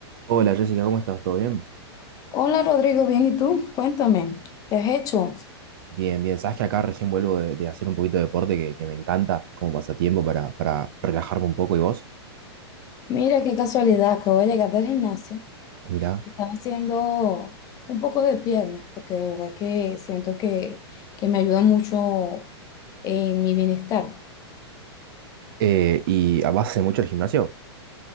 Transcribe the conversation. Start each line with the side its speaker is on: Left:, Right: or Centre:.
Right: Hola Jessica, ¿cómo estás? ¿Todo bien?
Left: Hola Rodrigo, bien, ¿y tú? Cuéntame, ¿qué has hecho?
Right: Bien, bien. Sabes que acá recién vuelvo de, de hacer un poquito de deporte que, que me encanta como pasatiempo para, para relajarme un poco. ¿Y vos?
Left: Mira qué casualidad, acabo de llegar del gimnasio.
Right: Mirá.
Left: Estaba haciendo un poco de piernas porque de verdad que siento que, que me ayuda mucho en mi bienestar.
Right: Eh, ¿y ah, vas hace mucho al gimnasio?